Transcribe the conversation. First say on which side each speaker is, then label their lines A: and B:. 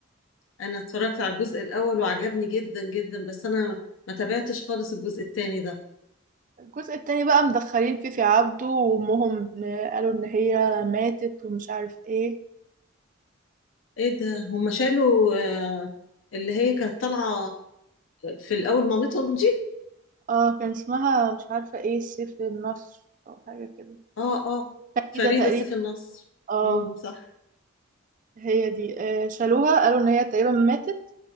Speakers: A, on the left; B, on the right.
A: انا اتفرجت على الجزء الاول وعجبني جدا جدا بس انا ما تابعتش خالص الجزء التاني ده
B: الجزء التاني بقى مدخلين فيه في عبده وامهم آه، قالوا ان هي ماتت ومش عارف ايه
A: ايه ده هم شالوا آه اللي هي كانت طالعه في الاول مامتهم دي
B: اه كان اسمها مش عارفة ايه سيف النصر او حاجة كده
A: اه اه فريده
B: كده تقريبا
A: سيف النصر
B: اه
A: امم صح
B: هي دي آه شالوها قالوا ان هي تقريبا ماتت